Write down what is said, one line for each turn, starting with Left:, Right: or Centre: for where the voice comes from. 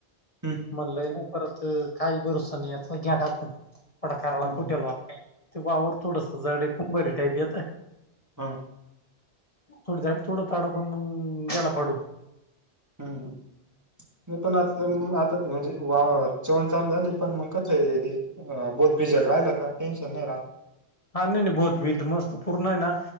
Right: हम्म
Left: म्हणलय ना परत काही, भरोसा नाही याचा घ्या टाकून. कडाकाराला
Right: हम्म
Left: कुटेल
Right: हम्म.
Left: वा ते, वावर थोडस जडे कुंबारी टाईप येत.
Right: हा.
Left: थोडी झाली थोडं ताडं पण गेला पाडून.
Right: हम्म म पण आता आता म्हणजे वा. जेवण ण झाली पण मग कस बोध बिजल राहिला का टेन्शन नाही राह.
Left: हा नाही नाही बोत भी मस्त पूर्ण आहे ना.